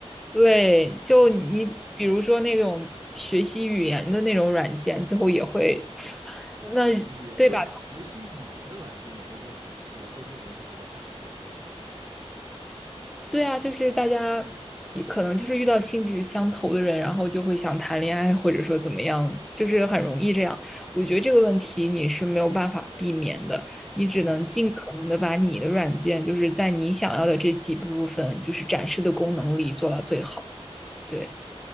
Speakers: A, in the centre; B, on the right.
A: 对，
B: 是。
A: 就你比如说那种学习语言的那种软件，最后也会，<laughs> <sucks teeth> 那对吧？
B: 也会学习语言的软件也会变成也会变成像什么探探那个样子的嘛？
A: 对啊，就是大家也可能就是遇到性质相投的人，然后就会想谈恋爱，或者说怎么样，就是很容易这样。我觉得这个问题你是没有办法避免的，你只能尽可能的把你的软件，
B: 嗯，
A: 就是在你想要的这几部分，就是展示的功能里做到最好。对，